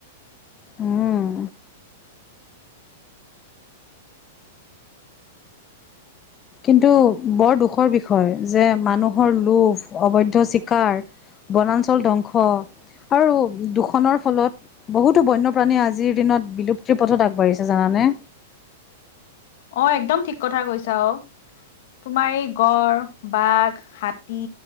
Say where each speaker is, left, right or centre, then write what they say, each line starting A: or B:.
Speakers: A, on the left; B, on the left.
A: উম। কিন্তু বৰ দুখৰ বিষয় যে মানুহৰ লোভ অবৈধ চিকাৰ। বনাঞ্চল ধ্বংস। আৰু দুখনৰ ফলত বহুতো বন্যপ্ৰাণীয়ে আজিৰ দিনত বিলুপ্তিৰ পথত আগবাঢ়িছে জানা। নে?
B: অ' একদম ঠিক কথা কৈছা অ'। তোমাৰ এই গড়, বাঘ, হাতী,